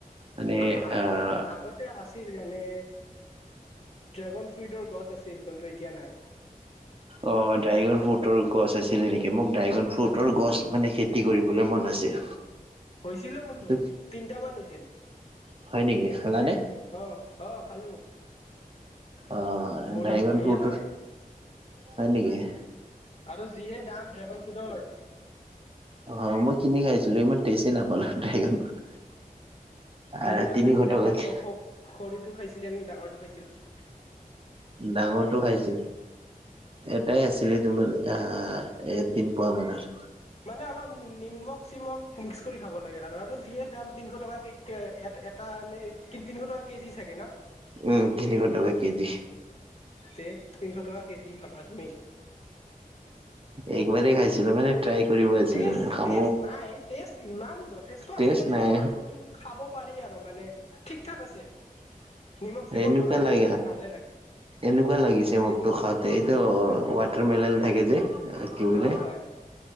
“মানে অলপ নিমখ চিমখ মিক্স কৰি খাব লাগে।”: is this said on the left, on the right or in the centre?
Left